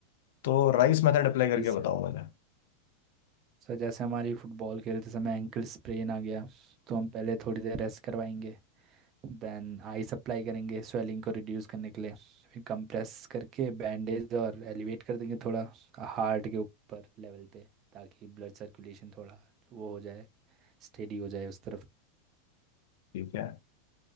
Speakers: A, on the left; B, on the right.
A: तो राइस मेथड अप्लाई करके
B: इस
A: बताओ मुझे
B: सर जैसे हमारी फुटबॉल खेलते समय एंकल स्प्रेन आ गया तो हम पहले थोड़ी देर रेस्ट करवाएंगे देन आइस अप्लाई करेंगे स्वेलिंग को रिड्यूस करने के लिए फिर कंप्रेस करके बैंडेज और एलिवेट कर देंगे थोड़ा हार्ट के ऊपर लेवल पे ताकि ब्लड सर्कुलेशन थोड़ा वो हो जाए स्टेडी हो जाए उस तरफ
A: ठीक है